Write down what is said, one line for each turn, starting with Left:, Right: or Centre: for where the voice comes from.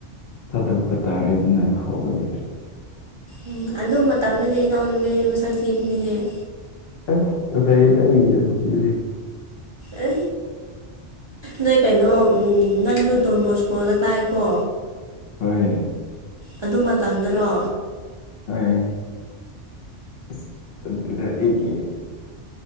Left: ꯊꯥꯗꯣꯛꯄ ꯇꯥꯔꯦꯗꯅ ꯍꯣꯂꯦ
Right: ꯎꯝ ꯑꯗꯨ ꯃꯇꯝꯗꯨꯗꯤ ꯏꯅꯥꯎ ꯅꯨꯄꯤ ꯃꯁꯛ ꯊꯤꯕꯅꯦꯍꯦ
Left: ꯑꯁ ꯐꯖꯔꯗꯤ
Right: ꯑ ꯅꯣꯏ ꯀꯩꯅꯣ ꯅꯪꯁꯨ ꯗꯣꯟ ꯕꯣꯁ ꯀꯣꯜꯂ ꯀꯥꯏꯑꯀꯣ
Left: ꯍꯣꯏ
Right: ꯑꯗꯨ ꯃꯇꯝꯗꯔꯣ
Left: ꯍꯣꯏ ꯑꯁ ꯑꯗꯨꯗ ꯑꯩꯒꯤ